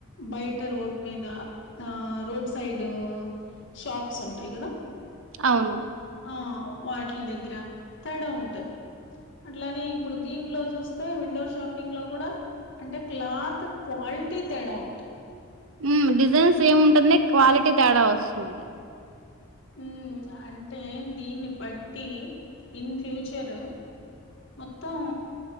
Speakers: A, on the left; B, on the right.
A: బయట రోడ్ మీద ఆ రోడ్ సైడ్ షాప్స్ ఉంటాయి కదా
B: అవును
A: ఆ వాటిల దగ్గర తేడా ఉంటది. అట్లానే ఇప్పుడు దీంట్లో చూస్తే విండో షాపింగ్ లో కూడా అంటే క్లాత్ క్వాలిటీ తేడా ఉంటది.
B: ఉ డిజైన్స్ సేమ్ ఉంటుంది క్వాలిటీ తేడా వస్తుంది
A: ఉమ్ అంటే దీన్ని బట్టి ఇన్ ఫ్యూచర్ మొత్తం